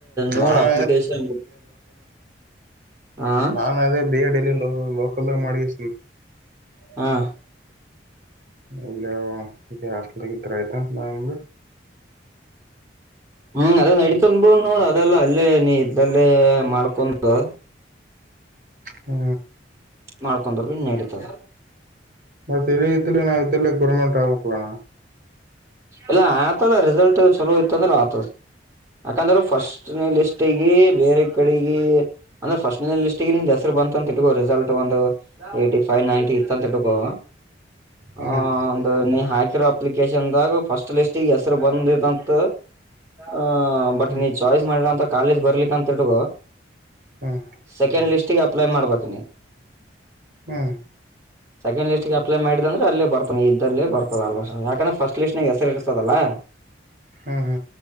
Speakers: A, on the right; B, on the right.
A: ನೋಡ್
B: ನಾನು
A: ಅಪ್ಲಿಕೇಶನ್ ಹಾ
B: ನಾ ಅದೇ ಬೇಡಲ್ಲಿ ಲೋಕಲ್ಾಗ ಮಾಡಿ್ರೆ
A: ಹಾ
B: ಇಲ್ಲ ಇ ಹಾಸ್ಟಲ್ಗ ತ್ರಐತಂತೆ ನಾನು
A: ಹ್ಮ್ ಅದ ನಡಿತಂದ್ಬ ನೋಡ್ ಅದೆಲ್ಲ ಅಲ್ಲೇ ನೀ ಇದ್ದಲ್ಲೇ ಮಾಡ್ಕ ಕುಂದು
B: ಹ್ಮ
A: ಮಾಡ್ಕೊಂಡರು ಬಿ ಇನ್ಡತದ
B: ಮತ್ತೆಲ್ಲಿ ಇಲ್ಲ ನಾ ಇದಲ್ಲ ಗೌರ್ಮೆಂಟ್ ಆಗಕಲ್ಲಣ
A: ಇಲ್ಲ ಆತದ ರಿಸಲ್ಟ್ ಚಲೋ ಇತ್ತ ಅಂದ್ರೆ ಆತದ ಯಾಕಂದ್ರೆ ಫಸ್ಟ್ ಲಿಸ್ಟಗ ಬೇರೆ ಕಡೆಗ ಅಂದ್ರೆ ಫಸ್ಟ್ ಲಿಸ್ಟಿಗೆ ನಿ ಹೆಸರು ಬಂತ ಅಂತ ಇಟ್ಕೋ ರಿಸಲ್ಟ್ ಒಂದು ಏಟಿ ಫೈವ್ ನೈಂಟಿ ಇತ್ತ ಅಂತ ಇಟ್ಕೋ
B: ಹ್ಮ್
A: ಹ ಒಂದು ನೀ ಹಾಕಿರೋ ಅಪ್ಲಿಕೇಶನ್ದಾಗ ಫಸ್ಟ್ ಲಿಸ್ಟಿಗೆ ಹೆಸರು ಬಂದಿದಂತ ಆ ಬಟ್
B: ಹ್ಮ್
A: ನೀ ಚಾಯ್ಸ್ ಮಾಡಿರೋಂತ ಕಾಲೇಜ್ ಬರ್ಲಿಕ್ಕೆ ಅಂತು
B: ಹ್ಮ್
A: ಸೆಕೆಂಡ್ ಲಿಸ್ಟ್ ಅಪ್ಲೈ ಮಾಡ್ಬೇಕ ನೀ
B: ಹಾ
A: ಸೆಕಂಡ್ ಲ್ಟ್ಗೆ ಅಪ್ಲೈ ಮಾಡ ಅಂದ್ರೆ ಅಲ್ಲ ಬರ್ತ ನೀ ಇದಲ್ಲೇ ಬರ್ತದ ಅಲ್ ಯಾಕಂದ್ರೆ ಫಸ್ಟ್ ಲೀಿಸ್ ನಾಗ ಹೆಸರಿ ಇರ್ತದಲ್ಲಾ
B: ಹಾ ಹಾ